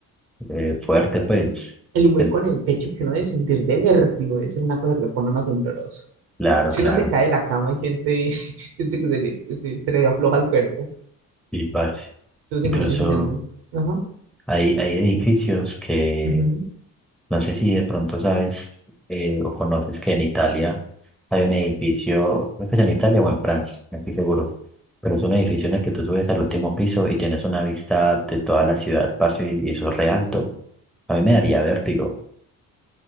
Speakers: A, in the centre; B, on the right (about 70°).
A: eh, fuerte, pues.
B: El hueco
A: Ten-
B: en el pecho que uno debe sentir de vértigo, debe ser una cosa que lo pone a uno tembloroso.
A: Claro,
B: Si
A: claro.
B: uno se cae de la cama y siente, <laughs> siente que se le, se, se le afloja el cuerpo,
A: Y parce.
B: entonces
A: Incluso.
B: imagínese ya no. Ajá.
A: Hay, hay edificios que,
B: ujú.
A: no sé si de pronto sabes eh, o conoces que en Italia hay un edificio, creo que es en Italia o en Francia, no estoy seguro, pero es un edificio en el que tú subes al último piso y tienes una vista de toda la ciudad, parce, y eso es re alto. A mí me daría vértigo.